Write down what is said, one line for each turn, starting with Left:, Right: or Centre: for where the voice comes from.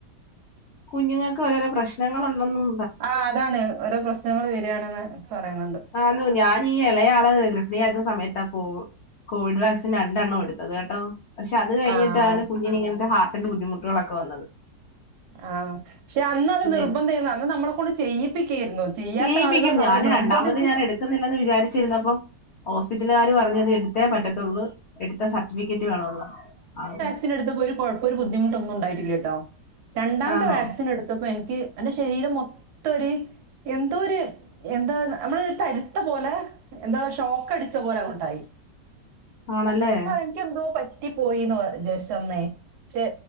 Left: കുഞ്ഞുങ്ങൾക്ക് ഓരോരോ പ്രശ്നങ്ങൾ ഉണ്ടെന്നും
Right: ആഹ് അതാണ് ഓരോ പ്രശ്നങ്ങൾ വരാണെന്ന് പറയുന്നുണ്ട്
Left: ആലോ ഞാനീ എളയാളെ <unintelligible> യിരുന്ന സമയത്താ കോവ് കോവിഡ് വാക്സിൻ രണ്ടെണ്ണം എടുത്തത് കേട്ടോ പക്ഷെ അത് കഴിഞ്ഞിട്ടാണ്
Right: ആഹ്
Left: കുഞ്ഞിന് ഇങ്ങനത്തെ ഹാർട്ടിന്റെ ബുദ്ധിമുട്ടുകളൊക്കെ വന്നത്
Right: ആഹ് പക്ഷെ അന്ന് അത്
Left: ഇല്ലേ?
Right: നിർബന്ധായിരുന്നു അന്ന് നമ്മളെ കൊണ്ട് ചെയ്യിപ്പിക്കായിരുന്നു ചെയ്യാത്ത
Left: ചെയ്യിപ്പിക്കും
Right: ആളുകളെ
Left: ഞാന്
Right: അവരെ നിർബന്ധിച്ച്
Left: രണ്ടാമത് ഞാന് എടു ക്കുന്നില്ലന്ന് വിചാരിച്ചിരുന്നപ്പം ഹോസ്പിറ്റലുകാര് പറഞ്ഞത് എടുത്തേ പറ്റത്തുള്ളൂ എടുത്ത സർട്ടിഫിക്കറ്റ് വേണം വേണോന്ന് പറഞ്ഞു അവ്
Right: ത്തിന് എടുത്തപ്പോ ഒരു കൊഴപ്പോ ബുദ്ധിമുട്ടൊന്നും ഉണ്ടായിട്ടില്ല കേട്ടോ രണ്ടാത്തെ
Left: ആണോ
Right: വാക്സിൻ എടു ഇപ്പൊ എനിക്ക് എന്റെ ശരീരം മൊത്തം ഒരു എന്തോ ഒരു എന്താ നമ്മള് ഒര് തരുത്ത പോലെ എന്താ ഷോക്ക് അടിച്ച പോലെ അങ്ങോട്ടായി.
Left: ആണല്ലേ
Right: എനിക്കെന്തോ പറ്റി പോയിന്ന് വിചാരിച്ചന്നെ പക്ഷെ